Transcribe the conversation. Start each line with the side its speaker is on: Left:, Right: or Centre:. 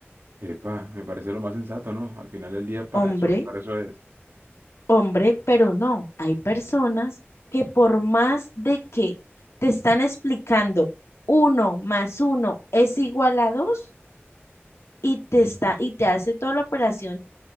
Right: Epa, me parece lo más sensato, ¿no? Al final del día, para
Left: Hombre,
Right: eso, para eso es.
Left: hombre, pero no, hay personas que por más de que te están explicando uno más uno es igual a dos y te está y te hace toda la operación